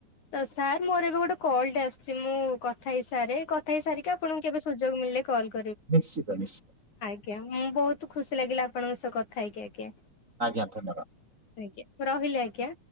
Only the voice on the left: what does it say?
ତ ସାର୍ ମୋର ଏବେ ଗୋଟେ କଲ୍ ଟେ ଆସୁଛି ମୁଁ କଥା ହେଇସାରେ କଥା ହେଇସାରିକି ଆପଣଙ୍କୁ କେବେ ସୁଯୋଗ ମିଳିଲେ କଲ
ଆଜ୍ଞା ହୁଁ ବହୁତ ଖୁସି ଲାଗିଲା ଆପଣଙ୍କ ସହ କଥା ହେଇକି ଆଜ୍ଞା।
ଆଜ୍ଞା ମୁଁ ରହିଲି ଆଜ୍ଞା